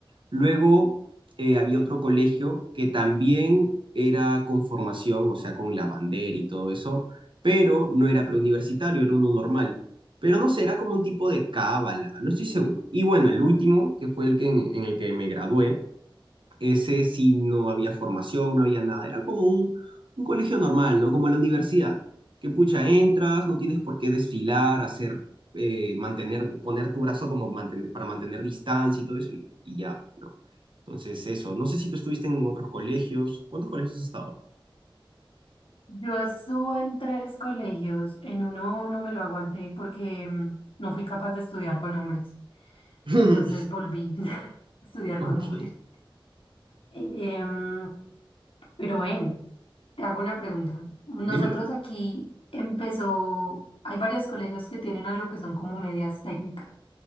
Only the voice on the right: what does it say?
Luego eh, había otro colegio que también era con formación, o sea, con la bandera y todo eso, pero no era preuniversitario, era uno normal. Pero no sé, era como un tipo de cábala, no estoy seguro. Y bueno, el último, que fue el que en, en el que me gradué, ese sí no había formación, no había nada. Era como un, un colegio normal, ¿no? Como la universidad. Que pucha, entras, no tienes por qué desfilar, hacer, eh, mantener, poner tu brazo como manten- para mantener distancia y todo eso, y, y ya, pues, ¿no? Entonces, eso. No sé si tú estuviste en otros colegios. ¿Cuántos colegios has estado?
<laughs>
Ok,
dímelo.